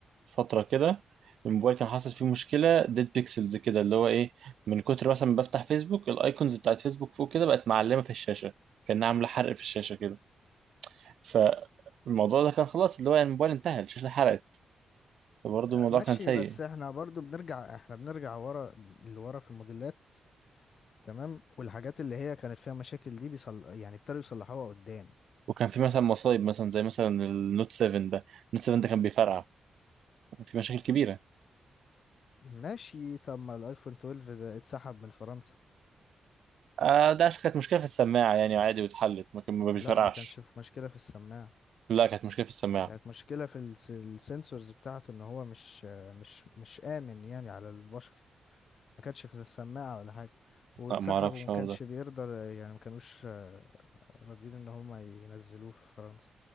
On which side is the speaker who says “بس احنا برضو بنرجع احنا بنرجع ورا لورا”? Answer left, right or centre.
Left